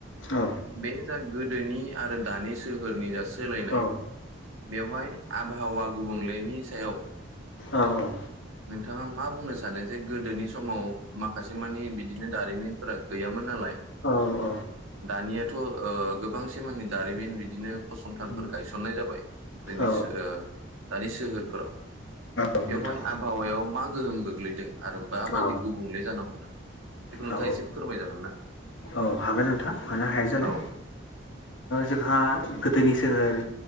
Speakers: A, on the left; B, on the right.
A: औ
B: बे जा गोदोनि आरो दानि सोहोरनि जा सोलायनाय
A: औ
B: बेवहाय आबहावा गुबुंलेनि सायाव
A: औ औ
B: नोंथाङा मा बुंनो सानो जे गोदोनि समाव माखासे मानि बिदिनो दारिमिनफोरा गैयामोन नालाय
A: औ औ
B: दानियाथ' गोबांसे मानानि दारिमिन बिदिनो फसंथानफोर
A: उम
B: गायसननाय जाबाय जोंनि
A: औ
B: दानि सोहोरफोराव
A: औ नोंथां
B: बेवहाय आबहावायाव मा गोहोम गोग्लैदों? आरो माबायदि
A: औ औ
B: गुबुंले जानो हम बेखौ नोंथाङा
A: औ
B: एसे फोरमायजागोन ना?
A: औ हागोन नोंथां मानो हाया जानो
B: औ
A: जोंहा गोदोनि सोहोर